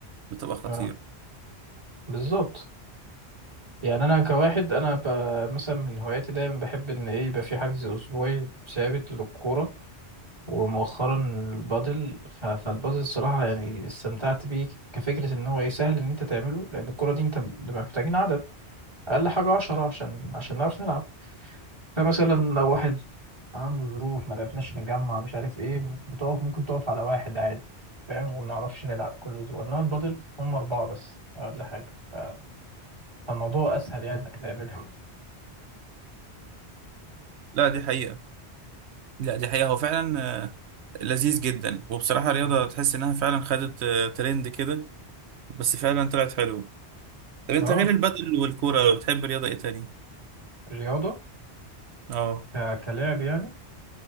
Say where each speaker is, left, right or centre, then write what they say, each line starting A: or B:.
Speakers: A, on the right; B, on the right.
A: بتبقى خطيره
B: آه. بالظبط يعني انا كواحد انا ب... مثلا من هواياتي دايما بحب ان ايه يبقى في حجز اسبوعي ثابت للكوره ومؤخرا البادل ف... فالبادل الصراحه يعني استمتعت بيه كفكره ان هو ايه سهل ان انت تعمله لان الكوره دي انت بنبقى محتاجين عدد اقل حاجه 10 عشان عشان نعرف نلعب فمثلا لو واحد عنده ظروف ما عرفناش نجمع مش عارف ايه بتقف ممكن تقف على واحد عادي فاهم وما نعرفش نلعب كل اسبوع انما البادل هم اربعه بس ولا حاجه ف- فالموضوع اسهل يعني انك تعملها
A: لا دي حقيقه لا دي حقيقه هو فعلا آه، لذيذ جدا وبصراحه رياضه
B: <laughs>
A: تحس انها فعلا خدت آه، ترند كده بس فعلا طلعت حلوه طب انت
B: اه
A: غير البادل والكوره لو بتحب رياضه ايه تاني
B: رياضه
A: اه
B: ك... كلاعب يعني